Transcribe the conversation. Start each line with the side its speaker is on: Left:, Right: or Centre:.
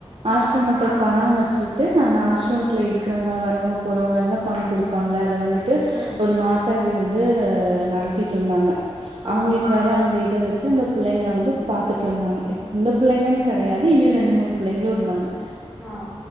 Right: ஆஸ்ரமத்த
Centre: ஆ
Right: பாரம்மரிச்சுட்டு அந்த ஆஸ்ரமத்துல இருக்றவங்க வரவங்க போறவங்க எல்லா பணம் கொடுப்பாங்கள அத வந்துட்டு
Centre: ம்
Right: ஒரு மாத் தாஜி வந்து நடத்திட்டு இருந்தாங்க அவங்களுக்கு
Centre: ஆ
Right: வற அந்த இத வச்சு அந்த பிள்ளைங்க வந்து பாத்துட்டுருந்தாங்க இந்த பிள்ளைங்க கெடையாது இன்னிரு ரெண்டு மூணு பிள்ளைகளும் இருந்தாங்க
Centre: ஆ